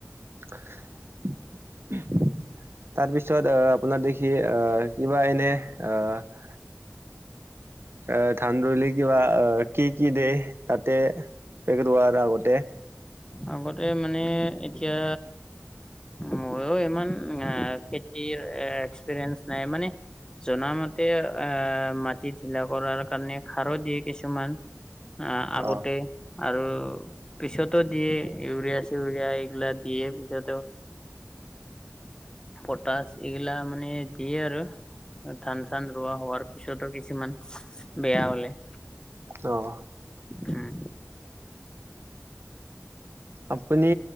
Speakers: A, on the right; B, on the left.
A: <unintelligible> তাৰপিছত আ আপোনাৰ দেখি আ কিবা এনে আ- এ ধান ৰুলে কিবা অ কি কি দে তাতে পেক ৰোৱাৰ আগতে।
B: আগতে মানে এতিয়া মইও ইমান আ খেতিৰ এক্সপিৰিয়েঞ্চ নাই মানে জনামতে আ মাটি ঢিলা কৰাৰ কাৰণে সাৰো দিয়ে কিছুমান। আহ আগতে
A: অ
B: আৰু পিছতো দিয়ে, ইউৰিয়া - চিউৰিয়া এইগিলা দিয়ে পিছতো পটাশ এইগিলা মানে সে আৰু ধান - চান ৰোৱা হোৱাৰ পিছতো কিছুমান বেয়া হলে
A: অঁহ।
B: উম।
A: আপুনি